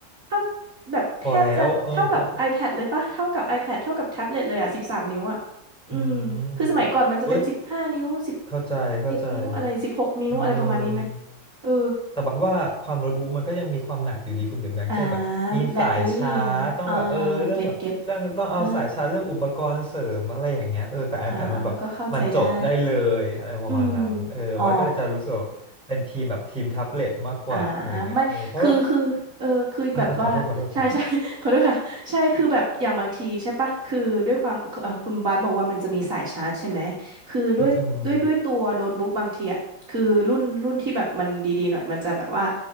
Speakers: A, on the right; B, in the centre.
A: เท่าแบบแทบจะเท่ากับ
B: พอแล้วเออ <laughs>
A: iPad เลยปะเท่ากับ iPad เท่ากับแท็บเล็ตเลยอ่ะสิบสามนิ้วอ่ะอืมคือสมัยก่อนมันจะเป็นสิบห้านิ้วสิบ
B: อืมเว้ยเข้าใจเข้าใจ
A: เอ็ดนิ้วอะไรสิบหกนิ้วอะไรประมาณนี้ไหม
B: เออ
A: เออ
B: แต่บัดว่าความโน้ตบุ๊กมันก็ยังมีความหนักอยู่ดีคุณเบนแบงเช่นแบบมีสายชาร์จต้องแบบเออเรื่องแบบเรื่องต้องเอาสายชาร์จเรื่องอุปกรณ์เสริมอะไรอย่างเงี้ยเออแต่
A: อ่าแบตเตอรี่อะไรเงี้ยอ่าเก็ตเก็ตอ่าอ่าก็เข้าใจได้
B: iPad มันแบบมันจบได้เลยอะไรประมาณนั้นเออบัสก็เลยจะรู้สึกว่าเป็นทีมแบบทีมแท็บเล็ตมากกว่าอะไรเงี้ยเออเพราะว่า
A: อืมอ๋อ อ่าไม่คือคือเออคือแบบว่าใช่ใช่
B: อ่าขอโทษขอโทษคุณ
A: <laughs> ขอโทษค่ะใช่คือแบบอย่างบางทีใช่ปะคือด้วยความคือเอ่อคุณบาสบอกว่ามันจะมีสายชาร์จใช่ไหมคือด้วยด้วยด้วยตัวโน้ตบุ๊กบางทีอ่ะคือรุ่นรุ่นที่แบบมันดีๆหน่อยมันจะแบบว่า
B: อืมอืม